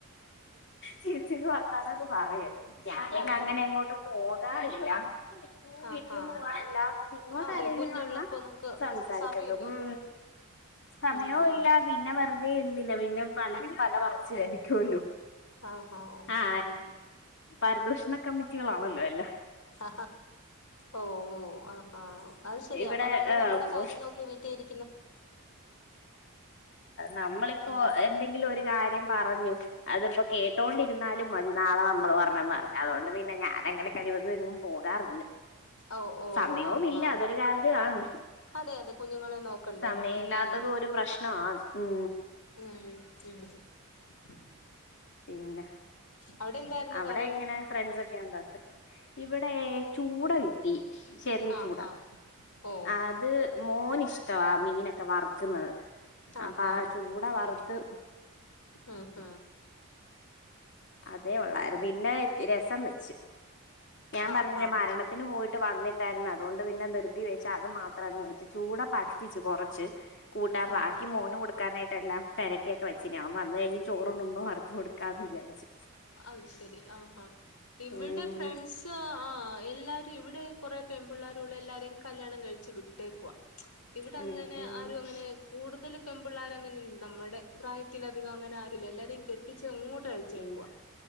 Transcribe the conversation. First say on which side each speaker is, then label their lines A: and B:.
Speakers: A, on the left; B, on the left.
A: ചരിച്ചി വർത്താനങ്ങ് പറയ ഞാൻ പിന്നങ്ങനെ
B: ഓ ഓ
A: എങ്ങോട്ടും പോകാറില്ല വീട്ടിലും
B: ആഹ് ഹാ
A: പോവറില്ല ഇങ്ങോട്ട
B: അതെ
A: ആരെേലും
B: കുഞ്ഞുള്ളപ്പോ
A: വന്നാ
B: നമുക്ക്
A: സംസാരിക്കള്ളൂ
B: സമയമില്ലല്ലോ
A: ഉം സമയവും
B: ഉം ഉം
A: ഇല്ല പിന്നെ വെറുതെ എന്തിന പിന്നെ പലരും പല വർക്ക
B: ആഹ് ഹാ
A: ആ
B: ഉം ഉം
A: പരിദോഷണ കമ്മിറ്റി കുട്ടികളാണല്ലോ അല്ലാ
B: ആ ഓ ഓ ആഹാ അത് ശരിയാ
A: ഇവിടെ
B: അപ്പൊ നമ്മള്
A: ആഹ്
B: നമ്മള്ടെ
A: പോ
B: കാര്യം നോക്കി വീട്ടിലിരി
A: നമ്മളിപ്പോ
B: ഉം
A: എന്തെങ്കിലും ഒരു കാര്യം പറ പറഞ്ഞു അതിപ്പോ കേട്ടോണ്ടിരുന്നാലും മതി നാളെ നമ്മള് പറഞ്ഞന്ന് അതുകൊണ്ട് പിന്നെ ഞാനങ്ങനെ കഴിവത എങ്ങും പോകാറില്ല
B: ഓ ഓ
A: സമയവും
B: ആ
A: ഇല്ല
B: ആ
A: അതൊരു കാര്യാണ്
B: അതെ അതെ കുഞ്ഞുങ്ങളെ നോക്കണ്ടേ
A: സമയില്ലാത്തതും
B: ഉം ഉം
A: ഒരു പ്രശ്നവാണ് ഉം
B: <unintelligible>
A: പിന്നെ
B: അവിടെ എന്തായിരുന്നു
A: അവിടെ
B: കറി
A: എങ്ങനെ ഫ്രണ്ട്സൊക്കെയുണ്ടോ ഇവിടെ ചൂട കിട്ടി ചെറിയ
B: ആഹാ
A: ചൂടാ
B: ഓ
A: അത് മോനിഷ് ടവാ മീനൊക്കെ വറുക്കുന്നത്
B: ആഹാ
A: അപ്പൊ ആ ചൂട വറുത്ത്
B: ഉം ഹ
A: അതേ ഉള്ളായിരുന്നു പിന്നെ രസം വെച്ച് ഞാൻ പറഞ്ഞില്ലേ
B: ആഹാ
A: മരണത്തിന് പോയിട്ട് വന്നി ട്ടായിരുന്നു അതുകൊണ്ട് പിന്നെ ധൃതി വെച്ച അത് മാത്രം അങ്ങ് വെച്ച് ചൂട പറ്റിച് കൊറച്ച് കൂട്ടാൻ ബാക്കി
B: ആഹാ
A: മോന് കൊടുക്കാനായിട്ട് ല്ലാം പെരട്ടിയൊക്കെ വച്ചിന് അവൻ വന്നു കഴിഞ്ഞ് ചോറുണ്ണുമ്പോ വറത്ത് കൊടുക്കാന്ന് വിചരിച്ചു.
B: അത് ശരി ആഹാ ഇവിടെ
A: ഉം
B: ഫ്രണ്ട്സ് ആ എല്ലാരു ഇവിടെ കുറെ പേൺപിള്ളേരുള്ള എല്ലാ രും കല്യാണം കഴിച്ച് വിട്ടേക്കുവാ ഇവിടെ
A: ഉം
B: അങ്ങനെ
A: ഉം
B: ആരു അങ്ങനെ കൂടുതൽ പെൺപിള്ളേര ങ്ങനെ നമ്മുടെ പ്രായത്തിലധികം അങ്ങനെ ആരുല്ല്യ എല്ലാരെം കെട്ടിച്ച് അങ്ങോട്ട്
A: ഉം
B: പോവാ